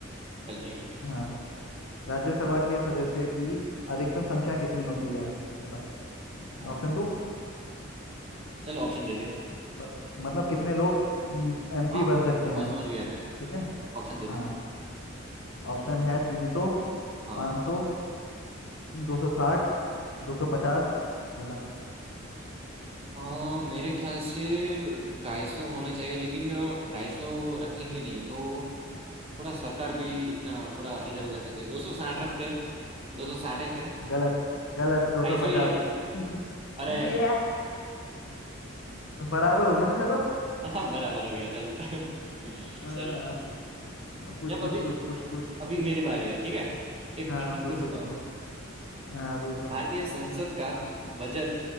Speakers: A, on the right; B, on the left.
A: चल ठीक है
B: हाँ राज्यसभा के सदस्य की अधिकतम संख्या कितनी होती है बता
A: हाँ
B: ऑप्शन दूं
A: चलो ऑप्शन दे दे
B: मत, मतलब कितने लोग एमपी
A: हाँ
B: बन सकते हैं
A: वो समझ गया
B: ठी-
A: मैं
B: ठीक है
A: ऑप्शन दे दे
B: हाँ ऑप्शन है तीन सौ
A: हाँ
B: पाँच सौ
A: अच्छा
B: दो सौ साठ दो सौ पचास बता
A: अ, मेरे ख्याल से ढाई सौ होना चाहिए लेकिन ढाई सौ रखेंगे नहीं तो थोड़ा सरकार भी इतना थोड़ा इधर उधर करती है दो सौ साठ रखते हैं दो सौ साठ है क्या
B: गलत गलत दो
A: ढाई
B: सौ
A: सौ
B: पचास
A: ही है
B: <laughs>
A: अरे
B: ये
A: यार
B: बराबर हो गया ना शायद अब
A: <laughs> हाँ बराबर हो गया चल <laughs>
B: आ,
A: सही है।
B: पूछ
A: जब
B: पूछ
A: अभी
B: पूछ पूछ पूछ
A: अभी मेरी बारी है ठीक है एक
B: हाँ
A: कठिन
B: पूछो
A: पूछता
B: पूछो
A: हूँ
B: हाँ पूछो
A: भारतीय संसद का बजट